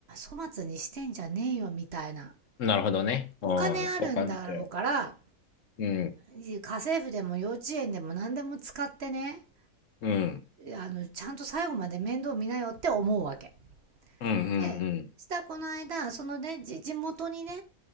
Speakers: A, on the right; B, on the left.
A: 粗末にしてんじゃねえよ、みたいな。
B: なるほどね。
A: お金あるんだろうから、
B: うん、そう感じて。うん、
A: 家政婦でも幼稚園でも何でも使ってね、
B: うん、
A: あの、ちゃんと最後まで面倒見なよって思うわけ。
B: うん、う
A: で、
B: ん、
A: したこの間、そのね、じ地元にね、